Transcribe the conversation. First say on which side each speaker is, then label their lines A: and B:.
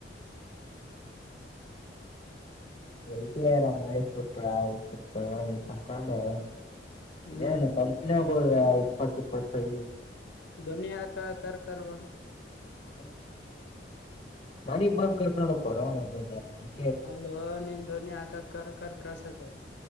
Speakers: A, on the left (about 30°); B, on the left (about 75°).
A: ಇದಾರ ಮಾಡಿಸ್ಬಿಟ್ರ ಅ ಕತ್ ತಕೊಂಡು.
B: ಹ್ಮ್
A: ಏನು ಕಂಪನಿಯಾಗು ಇಪ್ಪತ್ತು ಇಪ್ಪತ್ತು ಸೈ...
B: ಡೆಲ್ಲಿ ಯಾಕ್ ಕಾರ್ ಕಾರ್ ಬಂದ್
A: ಹಾ <unintelligible> ಮನಿಗ್ ಬಂದ ಕರಕೊಂಡು ಹೋಗಕೂಡದ್ದ ಒಂದ್
B: ಅಲ್ಲೋ ನಿನ್ ಧ್ವನಿ ಹಾಕಕ ಕರ್ ಕರ್ ಕಾಸ್ ಹೊತ್ತೈತೆ